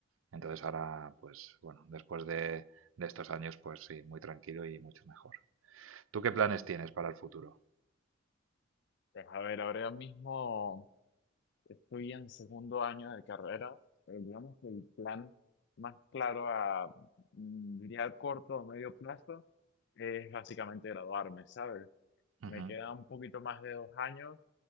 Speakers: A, on the right; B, on the left.
A: Entonces ahora, pues bueno, después de, de estos años, pues sí, muy tranquilo y mucho mejor. ¿Tú qué planes tienes para el futuro?
B: Pues a ver, ahora mismo estoy en segundo año de carrera. Eh, digamos que el plan más claro a, mm, diría, a corto o medio plazo es básicamente graduarme, ¿sabes?
A: Ujú,
B: Me queda un poquito más de dos años,